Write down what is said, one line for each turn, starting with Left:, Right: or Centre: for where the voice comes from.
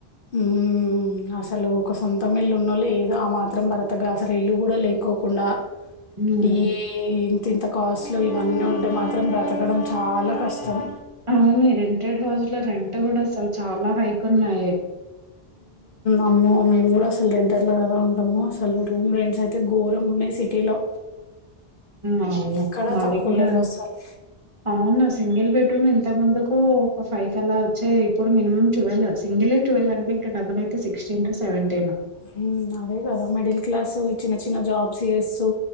Left: ఉమ్ అసలు ఒక సొంతం ఇల్లు ఉన్న ఏదో ఆ మాత్రం బ్రతక అసలు ఇల్లు కూడా లేకోకుండా
Right: ఉమ్
Left: ఈ ఇంత కాస్ట్లు ఇవన్నీ ఉంటే మాత్రం బ్రతకడం చాలా కష్టం
Right: అవును రెంటెడ్ హౌస్ లో రెంట్ కూడా అసలు చాలా హైక్ ఉన్నాయి
Left: అమ్మో మేము కూడా అసలు రెంటర్లా కద ఉంటాము అసలు రూమ్ రెంట్స్ అయితే ఘోరం ఉన్నాయి సిటీలో
Right: అవునా
Left: ఎక్కడా
Right: మాది
Left: తక్కువ
Right: కూడా
Left: లేవసలు.
Right: అవునా సింగిల్ బెడ్రూమ్ ఇంత ముందుకు ఒక ఫైవ్ కలా వచ్చేవి ఇప్పుడు మీనిమమ్ టువెల్వ్ సింగిలే ట్వెల్వ్ అంటే ఇంకా డబుల్ అయితే సిక్స్టీన్ టు సెవెంటీన్
Left: హ్మ్మ్ అదే కదా మిడిల్ క్లాస్ చిన్న చిన్న జాబ్స్ చేస్తూ